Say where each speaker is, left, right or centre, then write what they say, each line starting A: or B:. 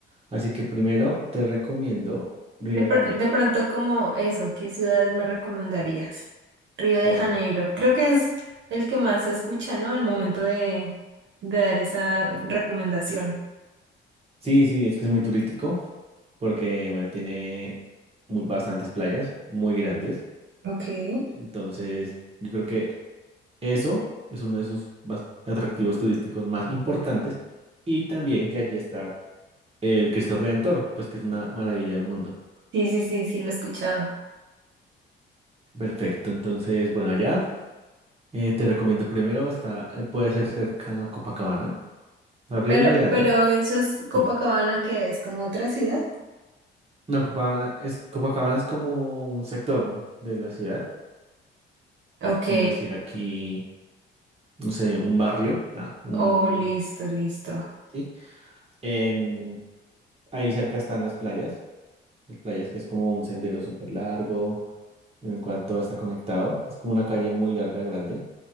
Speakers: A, on the right (about 30°); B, on the right (about 70°).
A: Así que primero te recomiendo Río
B: De, pr-
A: de Janeiro.
B: de pronto como eso, ¿qué ciudades me recomendarías? Río de
A: Exacto.
B: Janeiro. Creo que es el que más se escucha, ¿no? El momento de, de dar esa recomendación.
A: Sí, sí, es que es muy turístico porque, bueno, tiene mu- bastantes playas muy grandes.
B: Ok. Sí,
A: Entonces, yo creo que eso es uno de sus bas- atractivos turísticos más importantes. Y también que allí está el Cristo Redentor, pues que es una maravilla del mundo.
B: sí, sí, sí, lo he escuchado.
A: Perfecto, entonces, bueno, allá. Eh, te recomiendo primero, está, eh, puede ser cerca a Copacabana. El río
B: Pero,
A: es muy grande.
B: pero eso es Copacabana,
A: Sí.
B: que es como otra ciudad.
A: No, Copacabana es, Copacabana es como un sector de la ciudad,
B: Ok.
A: como decir aquí, no sé, un barrio, ah, un...
B: Oh, listo, listo.
A: Sí. Em, ahí cerca están las playas, las playas que es como un sendero súper largo, en el cual todo está conectado. Es como una calle muy larga, grande.